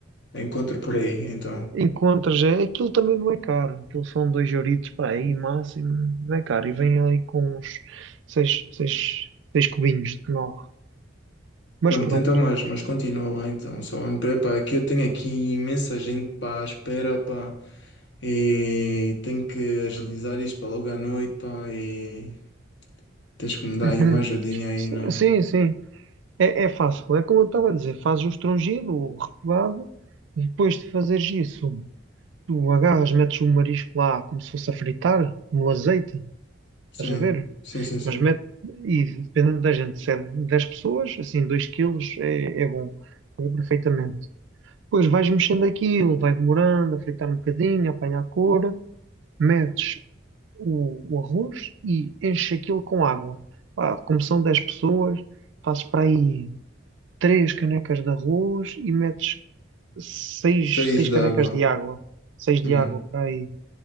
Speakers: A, on the left; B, on the right.
A: encontro por aí, então.
B: encontras, é, aquilo também não é caro, aquilo são dois euritos para aí, máximo, não é caro, e vem ali com uns seis, seis, seis cubinhos de nove. Mas
A: Pronto,
B: pronto.
A: então, mas, mas continua lá então. Só me prepara que eu tenho aqui imensa gente para a espera, pá, e tenho que agilizar isto para logo à noite, pá, e tens que me dar
B: Uhum.
A: aí uma ajudinha aí, não?
B: Sim, sim. É, é fácil, é como eu estava a dizer, fazes o estrangido, o refogado, depois de fazeres isso, tu agarras, metes o marisco lá como se fosse a fritar, no azeite,
A: Sim,
B: estás a ver?
A: sim, sim, sim.
B: Mas mete, e dependendo da gente, se é 10 pessoas, assim, 2 quilos é, é bom, é perfeitamente. Depois vais mexendo aquilo, vai demorando, a fritar um bocadinho, a apanhar a cor, metes o, o arroz e enches aquilo com água. Pá, como são 10 pessoas, fazes para aí três canecas de arroz e metes seis,
A: Seis
B: seis canecas
A: d'água.
B: de água, seis de
A: Hum,
B: água para aí,